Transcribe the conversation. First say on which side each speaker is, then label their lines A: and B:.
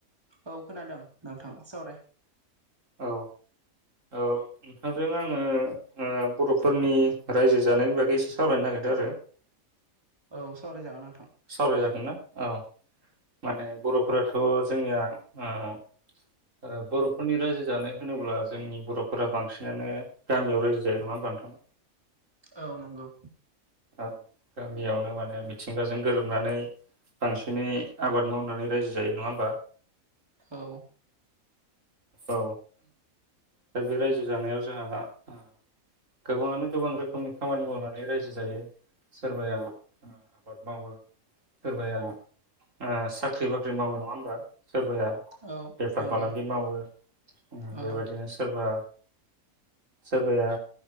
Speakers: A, on the right; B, on the right.
A: औ खोनादों नोंथां सावराय
B: औ औ नोंथांजों आङो ओ बर'फोरनि रायजो जानायनि बागै एसे सावरायनो नागिरदो आरो
A: औ सावराय जागोन नों
B: सावरायजागोनना औ माने बर'फोरा थ'‌ जोंनिया आ ओ बर'फोरनि रायजो जानाय होनोब्ला जोंनि बर'फोरा बांसिनानो गामियाव रायजो जायो नङा होमबा नोंथां?
A: औ नंगौ
B: औ गामियावनो माने मिथिंगाजों गोरोबनानै बांसिनै आबाद मावनानै रायजो जायो नङा होमबा
A: औ
B: औ दा बे रायजो जानायाव जोंहा आ गोबाङानो गोबां रोखोमनि खामानि मावनानै रायजो जायो सोरबाया आ-आबाद मावो सोरबाया आ साख्रि बाख्रि मावो नङा होमबा सोरबाया
A: औ
B: बेफार
A: नंगौ
B: फालांगि मावो
A: औ
B: बेबायदिनो सोरबा सोरबाया